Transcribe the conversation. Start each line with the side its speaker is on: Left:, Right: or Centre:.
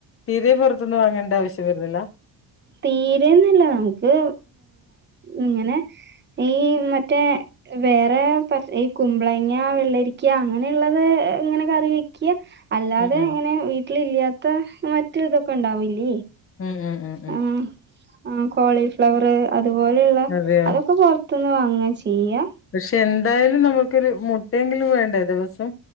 Left: തീരെ പുറത്തൂന്ന് വാങ്ങേണ്ട ആവശ്യം വരുന്നില്ല.
Right: തീരന്നല്ല നമുക്ക് ഇങ്ങനെ ഈ മറ്റേ വേറെ പ ഈ കുമ്പളങ്ങ വെള്ളരിക്ക അങ്ങനെയുള്ളത് ഇങ്ങനെ കറി വെക്ക്യ അല്ലാതെ
Left: ഉം ഉം
Right: ഇങ്ങനെ വീട്ടില് ഇല്ലാത്ത മറ്റു ഇതൊക്കെ ഉണ്ടാവില്ലിയേ
Left: ഏഹ് ഏഹ് ഏഹ്
Right: ഉം ഉം കോളിഫ്ലവറ് അതുപോലെയുള്ള
Left: അതെയോ?
Right: അതൊക്കെ പൊ ത്തുന്ന് വാങ്ങാ ചെയ്യ.
Left: പക്ഷെ എന്തായാലും നമുക്കൊരു മുട്ടയെങ്കിലും വേണ്ടേ ദിവസം.